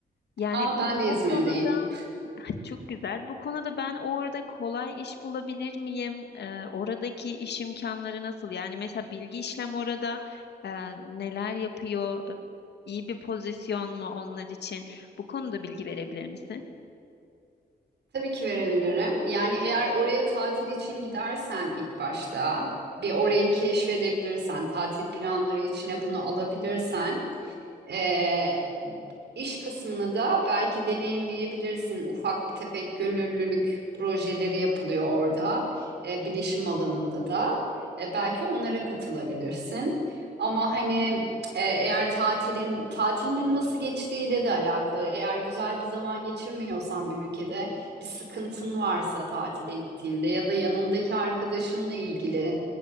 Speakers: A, on the left; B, on the right.
A: Yani
B: Aa ben de İzmir'deyim.
A: bu konuda çok güzel. Bu konuda ben orada kolay iş bulabilir miyim? Ee, oradaki iş imkanları nasıl? Yani mesela bilgi işlem orada e, neler yapıyor? İyi bir pozisyon mu onlar için? Bu konuda bilgi verebilir misin?
B: Tabii ki verebilirim. Yani eğer oraya tatil için gidersen ilk başta bir orayı keşfedebilirsen, tatil planları içine bunu alabilirsen Ee, iş kısmını da belki deneyimleyebilirsin. Ufak tefek gönüllülük projeleri yapılıyor orada, e, bilişim alanında da. E, belki onlara katılabilirsin. Ama hani e, eğer tatilin tatilinin nasıl geçtiğiyle de alakalı. Eğer güzel bir zaman geçirmiyorsan bir ülkede bir sıkıntın varsa tatile gittiğinde ya da yanındaki arkadaşınla ilgili